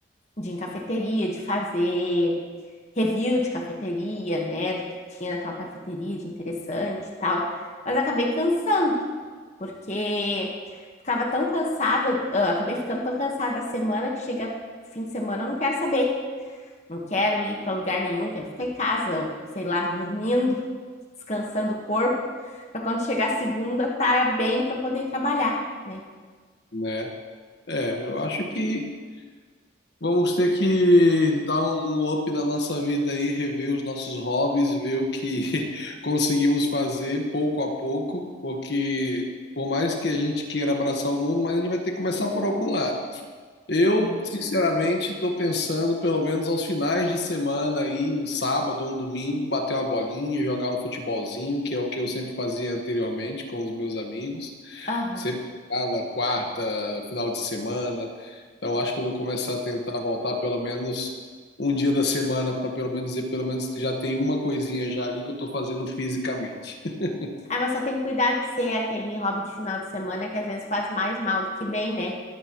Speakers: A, on the left; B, on the left.
A: de em cafeteria, de fazer review de cafeteria, né? Do que tinha naquela cafeteria de interessante e tal. Mas acabei cansando, porque ficava tão cansada, ah, acabei ficando tão cansada da semana que chega fim de semana, eu não quero saber. Não quero ir para lugar nenhum, quero ficar em casa, ou, sei lá, dormindo, descansando o corpo, para quando chegar a segunda, estar tá bem para poder ir trabalhar, né?
B: né? É, eu acho que Vamos ter que dar um, um up na nossa vida aí, rever os nossos hobbies, ver o que <laughs> conseguimos fazer pouco a pouco, porque por mais que a gente queira abraçar o mundo, mas a gente vai ter que começar por algum lado. Eu,
A: É.
B: sinceramente, estou pensando, pelo menos aos finais de semana aí, um sábado ou um domingo, bater uma bolinha, jogar um futebolzinho, que é o que eu sempre fazia anteriormente com os meus amigos.
A: Aham.
B: Sempre jogava quarta, final de semana. Então acho que eu vou começar a tentar voltar pelo menos um dia da semana para pelo menos dizer, pelo menos já tem uma coisinha já ali que eu estou fazendo fisicamente. <laughs>
A: Ah, mas só tem que cuidar de ser aquele hobby de final de semana que às vezes faz mais mal do que bem, né?